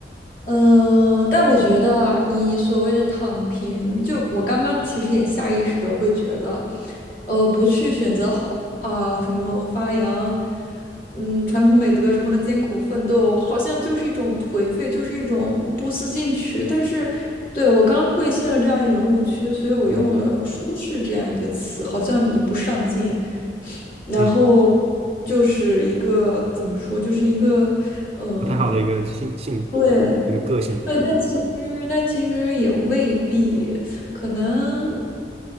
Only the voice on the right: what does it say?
嗯
嗯，
不太好的一个性性
一个个性在里面。